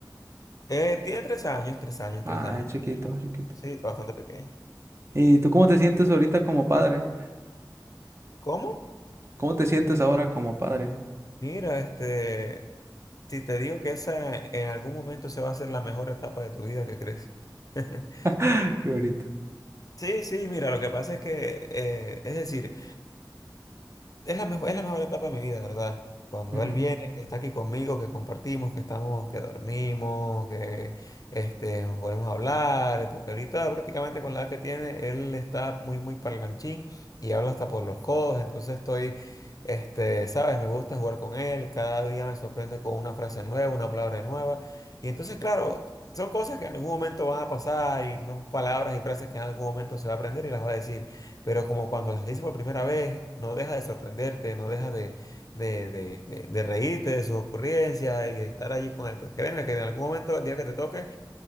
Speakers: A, on the left (about 50°); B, on the right (about 35°).
A: Eh, tiene tres años, tres años,
B: Ah,
A: tres años.
B: es chiquito, chiquito.
A: Sí, está bastante pequeño.
B: ¿Y tú cómo te sientes ahorita como padre?
A: ¿Cómo?
B: ¿Cómo te sientes ahora como padre?
A: Mira, este. Si te digo que esa en algún momento se va a hacer la mejor etapa de tu vida, ¿qué crees? <laughs>
B: <laughs> Qué bonito.
A: Sí, sí, mira, lo que pasa es que, eh, es decir, Es la mejor, es la mejor etapa de mi vida, ¿verdad? Cuando
B: Ujú.
A: él viene, que está aquí conmigo, que compartimos, que estamos, que dormimos, que este, nos ponemos a hablar, porque ahorita prácticamente con la edad que tiene, él está muy, muy parlanchín y habla hasta por los codos, entonces estoy, este, sabes, me gusta jugar con él, cada día me sorprende con una frase nueva, una palabra nueva, y entonces, claro, son cosas que en algún momento van a pasar y son palabras y frases que en algún momento se va a aprender y las va a decir. Pero como cuando las dices por primera vez, no deja de sorprenderte, no deja de, de, de- de- de reírte de sus ocurrencias y de estar allí con él. Pues créeme que en algún momento, el día que te toque,